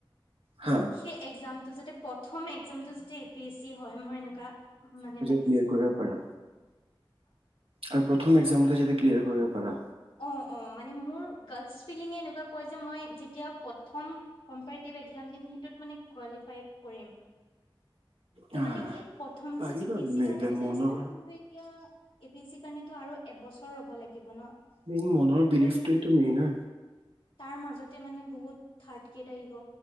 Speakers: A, on the right (about 90°); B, on the left (about 80°).
A: হা
B: সেই এক্সামটো যাতে প্ৰথম এক্সামটো। এ পি এছ ছি হয়। মই এনেকুৱা মানে লাগ।
A: ক্লেয়াৰ কৰিব পাৰা আৰু প্ৰথম এক্সাম ক্লিয়াৰ কৰিব পাৰা।
B: অহ - অহ মানে মোৰ গৰ্টছ ফিলিংয়ে এনেকুৱা কয় যে মই যেতিয়া প্ৰথম কম্পপিটিপ এক্সাম দিম সেটোত মানে কোৱালিফাই কৰিম। ত'
A: হা
B: মানে সেই প্ৰথমতটো
A: পাৰিবা
B: এ পি
A: তুমি
B: এছ চি হোৱাটো
A: এইবিলাক
B: বিচাৰিছিলো
A: মনৰ
B: কিন্তু এতিয়া। এ পি এছ চিৰ কাৰণেতো আৰু এবছৰ ৰ'ব লাগিব ন।
A: মেইন মনৰ
B: কিন্তু
A: বিলিফটো এইটো মেইন।
B: তাৰ মাজত মানে বহুত থাৰ গিৰেদ আহিব